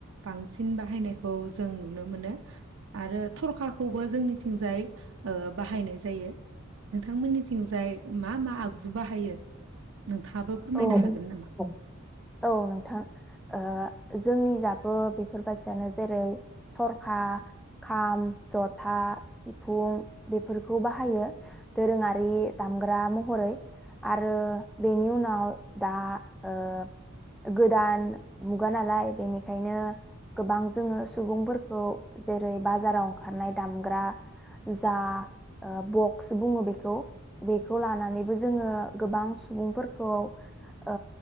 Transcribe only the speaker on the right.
बांसिन बाहायनायखौ जों नुनो मोनो आरो थरखाखौबो जोंनि थिंजाय ओ बाहायनाय जायो नोंथांमोननिथिंजाय मा मा आगजु बाहायो नोंथाङाबो फोरमायनो
हागोन नामा?